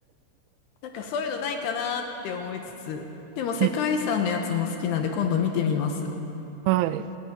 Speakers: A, on the left (about 70°); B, on the right (about 80°).
A: なんかそういうのないかなって思いつつ、でも世界遺産のやつも好きなんで今度見てみます。
B: うんはい。